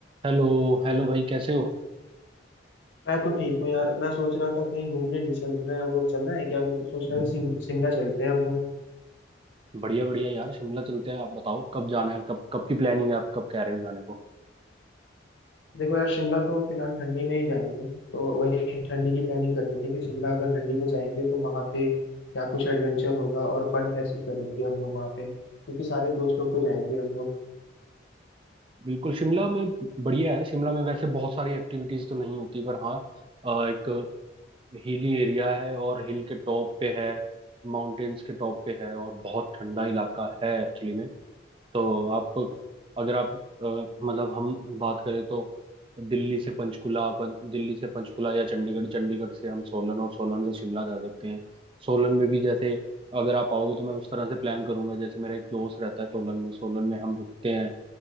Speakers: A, on the right; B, on the left.
A: Hello Hello भाई कैसे हो
B: मैं तो ठीक हूँ यार मैं सोच रहा था कहीं घूमने नहीं चल रहे हम लोग चलना है क्या मैं तो सोच रहा था सिम, शिमला चलते हैं हम लोग
A: बढ़िया बढ़िया यार शिमला चलते हैं आप बताओ कब जाना है कब कब की प्लानिंग है आप कब कह रहे हो जाने को
B: देखो यार शिमला तो फिलहाल ठंडी में ही जाएंगे तो वही ठंडी की प्लानिंग करनी थी कि शिमला अगर ठंडी में जाएंगे तो वहाँ पे क्या कुछ एडवेंचर होगा और फन कैसे करेंगे हम लोग वहाँ पे क्योंकि सारे दोस्त लोग तो जाएंगे हम लोग
A: बिल्कुल शिमला में बढ़िया है शिमला में वैसे बहुत सारी एक्टिविटीज तो नहीं होती पर हाँ अ, एक हिली एरिया है और हिल के टॉप पे है माउंटेन्स के टॉप पे है और बहुत ठंडा इलाका है एक्चुअली में तो आप अगर आप अ, मतलब हम बात करें तो दिल्ली से पंचकुला अपन दिल्ली से पंचकुला या चंडीगढ़ चंडीगढ़ से हम सोलन और सोलन से शिमला जा सकते हैं सोलन में भी जैसे अगर आप आओगे तो मैं उस तरह से प्लान करूंगा जैसे मेरा एक दोस्त रहता है सोलन में सोलन में हम रुकते हैं